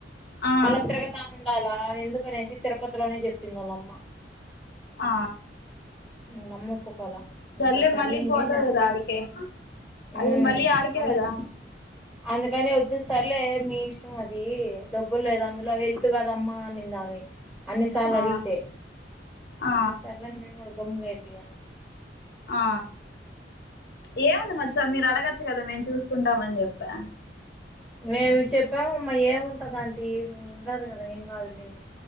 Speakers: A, on the left; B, in the centre.
A: ఆ
B: మళ తిరగ తగుండాల ఎందుకునేసి తిరుపతిలోనే చెప్పింద వాళ్ళమ్మ
A: ఆ
B: నమ్ ప చెకోాల
A: సర్లే
B: ఇంకాసర్లి
A: మళ్ళీ
B: ఇంకేం
A: పోతది
B: చేస్తాం
A: కదా ఆడికే అదే
B: ఉమ్
A: మళ్ళ ఆడికే
B: అందుక
A: అదా
B: అందుకని వద్దు సర్లే మీ ఇష్టం అది డబ్బులు లేదు అందులో హెల్త్ కాదమ్మా అనిందావి అన్నిసార్
A: ఆ
B: అడిగితే
A: ఆ
B: అ సార్ కొంంగైపోేయా
A: ఆ ఏముంది మచ్చ మీరు అడగచ్చు కదా మేము చూసుకుంటామని చెప్పా
B: మేము చెప్పాము మా ఏం దాంటి ఉంటదు కదా ఏం కలేని